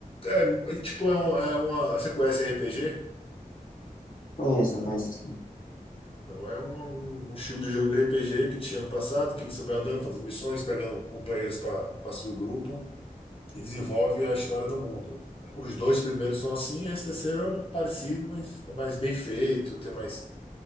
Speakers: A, on the left; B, on the left.
A: é, tipo, é uma, é uma- você conhece RPG?
B: Conheço, conheço sim.
A: Então é um, um estilo de jogo de RPG que tinha no passado, que você vai andando, fazendo missões, pegando companheiros para seu grupo e desenvolve a história no mundo. Os dois primeiros são assim, esse terceiro é parecido, mas é mais bem feito, tem mais,